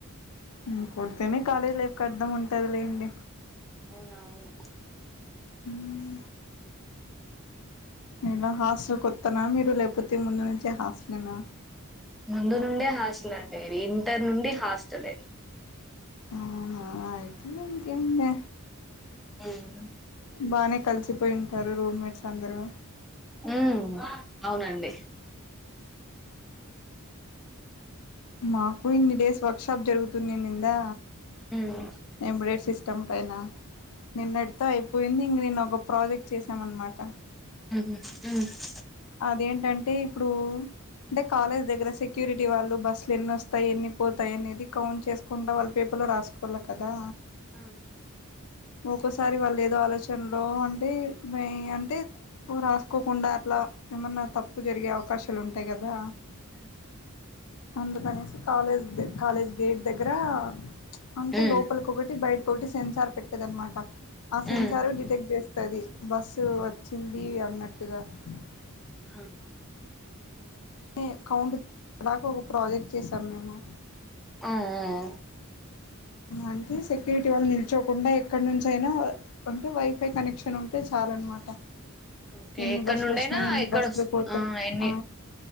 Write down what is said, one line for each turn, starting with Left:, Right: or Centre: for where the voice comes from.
Left: ఉమ్ కొడితేనే కాలేజ్ లైఫ్ కు అర్ధం ఉంటాది లేండి
Centre: అవునవును
Left: హ్మ్ నాన్న హాస్ <unintelligible> కొత్తనా మీరు లేకపోతే ముందు నుంచే హాస్టలేనా
Centre: ముందు నుండే హాస్టలా ఇంటర్ నుండి హాస్టలే
Left: అవునా ఐ <inaudible> ఇంకేం లే
Centre: ఏమీ
Left: బానే కలిసిపోయి ఉంటారు రూమ్మేట్స్ అందరూ
Centre: ఉ అవునండి
Left: మాకు ఇన్ని డేస్ వర్క్ షాప్ జరుగుతుంది నిందా
Centre: ఉమ్
Left: ఎబుడే సిస్ చంపేన నిన్నడుతే అయిపోయి ఏంది ఇంక నినా ఒక ప్రాజెక్ట్ చేసామ అనమాట
Centre: ఉ
Left: అదేంటంటే ఇప్పుడు అంటే కాలేజ్ దగ్గర సెక్యూరిటీ వాళ్ళు బస్సులు ఎన్నిొస్తాయి ఎన్ని పోతాయి అనేది కౌంట్ చేసుకుంటా వాళ్ళ పేపర్లు రాసుకోవాల కదా.
Centre: అ
Left: ఒక్కోసారి వాళ్ళలేదుో ఆలోచనలో అంటే అంటే రాసుకోకుండా అట్లా ఏమన్నా తప్పు జరిగే అవకాశాలు ఉంటాయి కదా.
Centre: ఉ
Left: అందుకనేసి కాలేజ్ కాలేజ్ గేట్ దగ్గర అంటే
Centre: ఉమ్
Left: లోపలికొకటి బయట ఒకటి సెన్సార్ పెట్టేద అనమాట ఆ సెన్సారు
Centre: ఉమ్ ఉమ్
Left: డిటెక్ట్ చేస్తుంది బస్సు వచ్చింది అన్నట్టుగా. అ
Centre: అ
Left: నే కౌంట్ <inaudible> దాకా ఒక ప్రాజెక్ట్ చేసాం మేము
Centre: ఆ ఆ
Left: అంటే సెక్యూరిటీ వాళ్ళు నిల్చోకుండా ఎక్కడి నుంచ అయినా అంటే వైఫై కనెక్షన్ ఉంటే చాల అనమాట.
Centre: ఓకే
Left: ఎన్ని
Centre: ఎక్కడ
Left: బస్సులు
Centre: నుండైనా
Left: వచ్చినాయి ఎన్ని
Centre: ఎక్కడొస్
Left: బస్సులు పోతా
Centre: ఆ ఎన్ని
Left: ఆ